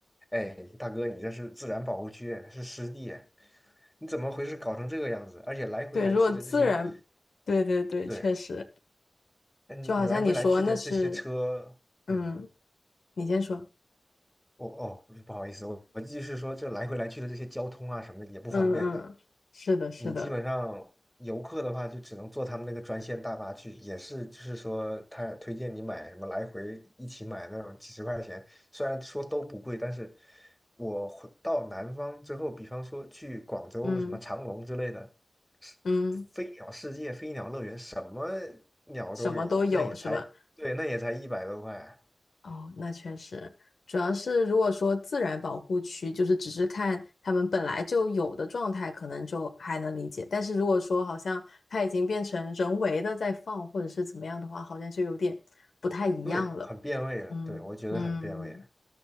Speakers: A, in the centre; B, on the left.
A: 哎，大哥，你这是自然保护区，是湿地，你怎么回事搞成这个样子？而且来回来去的这些，
B: 对，如果自然，对对对，
A: 对，
B: 确实，
A: 哎你你来回来去的这些车，
B: 就好像你说那是，嗯，
A: 嗯，
B: 你先说。
A: 哦哦，不好意思，我我继续说，这来回来去的这些交通啊什么的也不方便的。
B: 嗯嗯，是的，是的，
A: 你基本上游客的话，就只能坐他们那个专线大巴去，也是就是说，他推荐你买什么来回一起买那种几十块钱，虽然说都不贵，但是我回到南方之后，比方说去广州什么长隆之类的，
B: 嗯
A: 是飞鸟世界、
B: 嗯，
A: 飞鸟乐园，什么鸟都有，
B: 什么都有是吧？
A: 那也才对，那也才一百多块，
B: 哦，那确实，主要是如果说自然保护区，就是只是看他们本来就有的状态，可能就还能理解。但是如果说好像它已经变成人为的在放，或者是怎么样的话，好像就有点不太一样了。
A: 对，很变味了，
B: 嗯嗯。
A: 对，我觉得很变味了，